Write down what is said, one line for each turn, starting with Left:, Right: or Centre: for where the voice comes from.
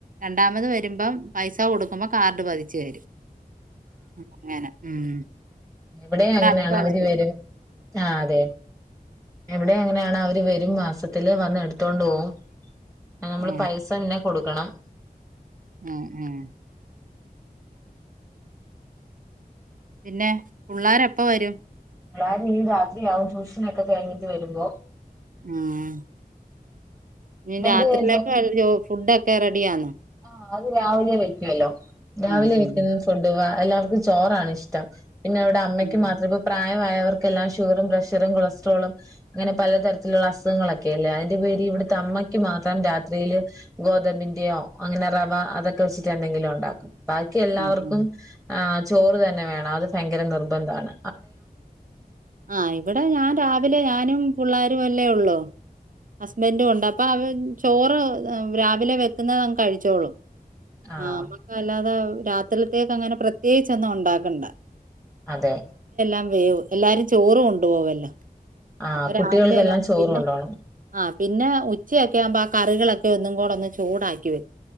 Right: രണ്ടാമത് വരുമ്പം പൈസ കൊടുക്കുമ്പോ കാർഡ് പതിച്ചു തരും അങ്ങനെ ഉം
Centre: ഇവിടെം
Right: ഇവിടെ
Centre: അങ്ങനാണ്
Right: അടുത്തുള്ള
Centre: അവര്
Right: ചേച്ചി.
Centre: വരും ആ അതെ എവിടെ എങ്ങനെയാണ് അവര് വരും മാസത്തില് വന്ന് എടുത്തോണ്ട് പോകും നമ്മള്
Right: ആ.
Centre: പൈസ പിന്നെ കൊടുക്കണം
Right: ഉം ഉം പിന്നെ പുള്ളാരെപ്പ വരും
Centre: പുള്ളാര് രാത്രിയാകും ട്യൂഷന് ഒക്കെ കഴിഞ്ഞിട്ട് വരുമ്പോ
Right: ആഹ് നി
Centre: ഇതെന്ത്
Right: രാത്രീലേക്കെോ വെൽ ചോ ഫുഡ് എക്കെ റെഡിയാന്നോ
Centre: ആഹ് അത് രാവിലെ വെക്കുവല്ലോ ഞാവിലെ
Right: ആഹ് ആഹ്.
Centre: വിക്കുന്നന്ന് ഫൊഡ് വാ എല്ലാർക്കും ചോറാണ് ഇഷ്ടം പിന്നെ അവ്ടെ അമ്മയ്ക്ക്
Right: ഉം.
Centre: മാത്രം ഇപ്പൊ പ്രായം ആയവർക്കെല്ലാം ഷുഗറും പ്രഷറും കൊളസ്ട്രോളും അങ്ങനെ പലതരത്തിലുള്ള അസുഖങ്ങളൊക്കെല്ലേ അതിന്റെ പേര് ഇവിടുത്തെ അമ്മയ്ക്ക് മാത്രം രാത്രിയില് ഗോതബിന്റെയോ അങ്ങനെ റവ അതൊക്കെ വച്ചിട്ട എന്തെങ്കിലും ഒണ്ടാക്കും ബാക്കി എല്ലാവർക്കും
Right: ആഹ് ആഹ്.
Centre: ആ ചോറ് തന്നെ വേണം അത് ഫയ്ങ്കര നിർബന്ധാണ്
Right: ആഹ ഇവിടെ ഞാൻ രാവിലെ ഞാനും പിള്ളേരു അല്ലേ ഉള്ളൂ ഹസ്ബൻറും കൊണ്ട് അപ്പൊ അവ ചോറ് രാവിലെ വെക്കുന്നതങ്ങ് കഴിച്ചോളും
Centre: ആഹ്
Right: ആഹ നമ്മക്ക അല്ലാതെ രാത്രിത്തേക്ക് അങ്ങനെ പ്രത്യേകിച്ചൊന്നും ഉണ്ടാക്കണ്ട
Centre: അതെ
Right: ഞാൻ വേ എല്ലാരും ചോറും കൊണ്ടുപോവല്ലോ
Centre: ആഹ്
Right: അപ്പൊ
Centre: കുട്ടികൾക്കെല്ലാം
Right: രാവിലെല്ല
Centre: ചോറ്
Right: പിന്നെ
Centre: കൊണ്ടോണം
Right: ആ പിന്നെ ഉച്ചയൊക്കെ ആുമ്പോ ആ കറികളൊക്കെ ഒക്കെ ഒന്നും കൂടെ ഒന്ന് ചൂടാക്കി വയ്ക്കും